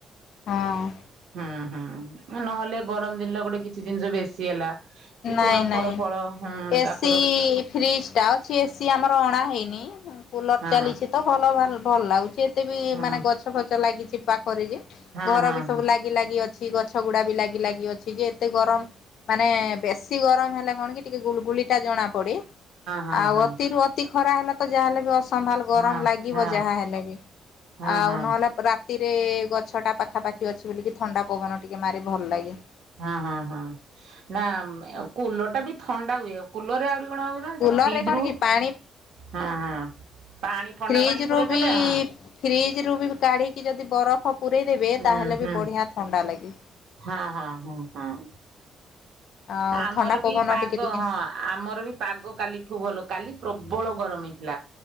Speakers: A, on the left; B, on the right.
A: ହଁ।
B: ହୁଁ ହୁଁ ନହେଲେ ଗରମ ଦିନରେ ଗୋଟେ କିଛି ଜିନିଷ ବେଶୀ ହେଲା କି
A: ନାଇଁ
B: କଣ
A: ନାଇଁ
B: ଫଳ ଫଳ ହୁଁ
A: ଏସି
B: ତାକୁ ରଖ
A: ଫ୍ରିଜ ଟା ଅଛି ଏ ସିି ଆମର ଅଣା ହେଇନି ଉଁ କୁଲର
B: ହଁ
A: ଚାଲିଛି ତ ଭଲ ଭାଲ ଭଲ ଲାଗୁଚି। ଏତେ ବି
B: ହଁ
A: ମାନେ ଗଛ ଫଛ ଲାଗିଛି ପାଖରେ ଯେ
B: ହଁ
A: ଘର
B: ହଁ
A: ବି ସବୁ ଲାଗି ଲାଗି ଅଛି ଗଛ ଗୁଡା ବି ଲାଗି ଲାଗି ଅଛି ଯେ ଏତେ ଗରମ ମାନେ ବେଶୀ ଗରମ ହେଲା କଣ କି ଟିକେ ଗୁଳଗୁଳି ଟା ଜଣା ପଡି
B: ହଁ
A: ଆଉ
B: ହଁ
A: ଅତିରୁ ଅ ତି ଖରା ହେଲା ତ ଯାହା ହେଲେ ବି ଅସମ୍ଭାଲ ଗରମ
B: ହଁ ହଁ
A: ଲାଗିବ
B: ହଁ
A: ଯାହା ହେଲେ ବି
B: ହଁ
A: ଆଉ
B: ହଁ।
A: ନହେଲେ ରା ତିରେ ଗଛଟା ପାଖା ପାଖି ଅଛି ବୋଲିକି ଥଣ୍ଡା ପବନ ଟିକେ ମାରେ ଭଲ ଲାଗେ।
B: ହଁ ହଁ ହଁ ନା କୁଲରଟା ବି ଥଣ୍ଡା ହୁଏ କୁଲରେ ଆଉ ସେ କଣ ହଉଚି ନା
A: କୁଲର
B: ସେ ଫ୍ରିଜ
A: ରେ କଣ
B: ରୁ
A: କି ପାଣି
B: ହଁ ହଁ। ପାଣି ଥଣ୍ଡା
A: ଫ୍ରିଜ
B: ପାଣି
A: ରୁ
B: ପୁରେଇ
A: ବି
B: ଦେଲେ ହଁ।
A: ଫ୍ରିଜ ରୁ ବି କାଢିକି ଯଦି ବରଫ ପୁରେଇ ଦେବେ
B: ହୁଁ
A: ତାହେଲେ
B: ହୁଁ
A: ବି ବଢିଆ ଥଣ୍ଡା ଲାଗେ।
B: ହଁ ହଁ ହୁଁ ହଁ।
A: ଆଉ
B: ଆମର
A: ଥଣ୍ଡା ପବନ
B: ବି ପାଗ
A: ଟିକେ ଟିକେ
B: ହଁ। ଆମର ବି ପାଗ କାଲିଠୁ ଭଲ କାଲି ପ୍ରବଳ ଗରମ ହେଇଥିଲା।